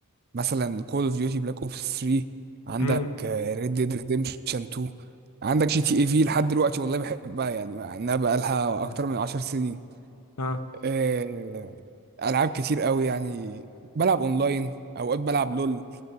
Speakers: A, on the right; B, on the left.
A: مثلا كول اوف ديوتي بلاك اوبس 3 عندك
B: امم
A: ريد ديد ريديمشن 2 عندك جي تي اي في لحد دلوقتي والله بحبها يعني مع انها بقالها
B: بس
A: اكتر من 10 سنين
B: اه
A: آه، العاب كتير قوي يعني بلعب اونلاين اوقات بلعب لول